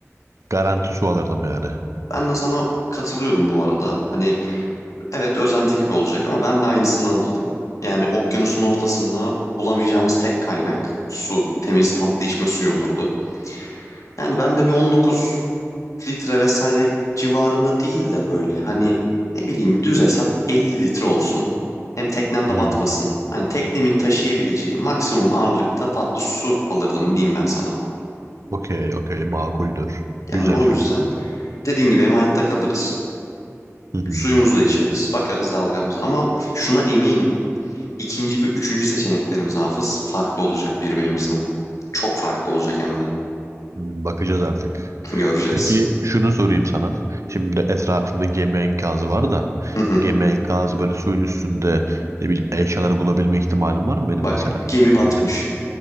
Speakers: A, on the right; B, on the left.
A: Garanti su alırdım yani.
B: Ben de sana katılıyorum bu arada. Hani evet özenti gibi olacak ama ben de aynısını alırdım. Yani okyanusun ortasında bulamayacağımız tek kaynak su. Temiz tatlı içme suyu olurdu. Yani ben de bir 19 litre vesaire civarında değil de böyle hani ne bileyim düz hesap 50 litre olsun. Hem teknem
A: Hmm,
B: de batmasın. Hani teknemin taşıyabileceği maksimum ağırlıkta tatlı su alırdım diyeyim ben sana.
A: okey okey makuldür.
B: Yani
A: Güzel.
B: o yüzden dediğin gibi hem hayatta kalırız
A: Hı hı.
B: Suyumuzu da içeriz, bakarız dalgamıza ama şuna eminim. ikinci ve üçüncü seçeneklerimiz Hafız farklı olacak birbirimizden. Çok farklı olacak hem de.
A: Hmm, Bakacağız artık.
B: <laughs>
A: Peki
B: Göreceğiz.
A: şunu sorayım sana. Şimdi etrafımda gemi enkazı var da
B: Hı hı.
A: gemi enkazı böyle suyun üstünde ne bileyim eşyaları bulabilme ihtimalim var mı benim
B: Bak
A: mesela?
B: gemi batmış.
A: Yok.